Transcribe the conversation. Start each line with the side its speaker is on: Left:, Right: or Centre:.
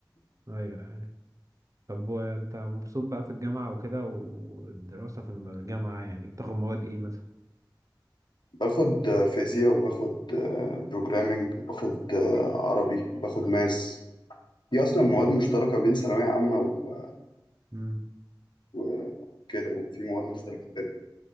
Right: ايوه ايوه طب وانت مبسوط بقى في الجامعه وكده والدراسه في الجامعه يعني بتاخد مواد ايه مثلا
Left: باخد آه، فيزياء وباخد بروجرامنج وباخد آه، عربي وباخد ماس دي اصلا مواد مشتركه بين ثانويه عامه و-
Right: امم
Left: وكده يعني في مواد مشتركه كتير.